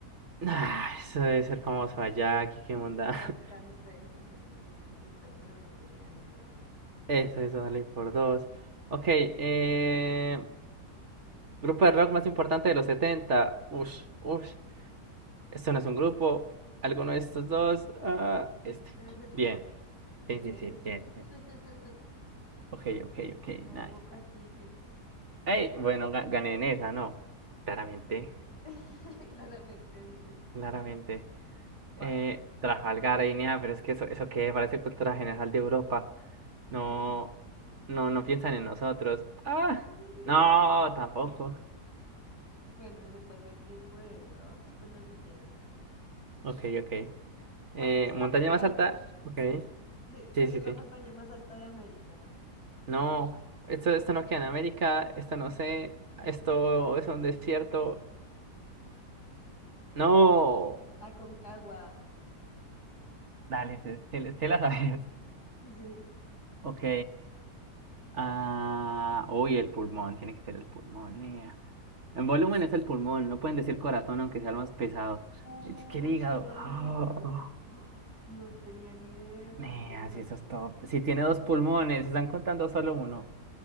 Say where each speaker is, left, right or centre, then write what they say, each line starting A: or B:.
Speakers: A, on the right; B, on the left.
A: ah, eso debe ser famoso allá, aquí qué onda.
B: No alcancé,
A: <laughs>
B: no alcancé a contestar, pero no tenía ni idea.
A: Eso, eso, dale por dos. Ok, eh, grupo de rock más importante de los 70. Ush, ush. Esto no es un grupo. ¿Alguno de estos dos? Ah, este.
B: Debe ser
A: Bien.
B: Zeppelin. Eso.
A: Sí, sí, sí, bien,
B: <laughs>
A: bien. Ok, ok, ok, nice,
B: La
A: nice.
B: época hippie.
A: Hey, bueno, ga- gané en esa, ¿no? Claramente,
B: G- <laughs> Claramente dice.
A: claramente.
B: Vas.
A: Eh, Trafalgar, Guinea, pero es que eso, eso que parece cultura general de Europa.
B: Sí.
A: No, no, no piensan en nosotros. Ah,
B: <laughs>
A: no, tampoco.
B: Bueno, se pasó el tiempo de esa. Vamos con la siguiente.
A: Ok, ok.
B: ¿Cuál
A: Eh,
B: es la
A: montaña
B: montaña?
A: más alta. Ok.
B: Sí, ¿cuál
A: Sí, sí,
B: es la
A: sí.
B: montaña más alta de América?
A: No, esto, esto no queda en América. Esto no sé. Esto es un desierto. No.
B: Aconcagua.
A: Dale, se, se, le- se la sabes. <laughs>
B: Sí,
A: Ok.
B: vas.
A: Ah, uy, el pulmón. Tiene que ser el pulmón. nea. En volumen es el pulmón. No pueden decir corazón, aunque sea el más pesado.
B: Uy,
A: Es que el hígado.
B: ¿era
A: Ah.
B: el hígado? <gasps> ¡Oh! No tenía ni idea,
A: Eh,
B: qué interesante.
A: así eso es todo. Si tiene dos pulmones, si están contando solo uno.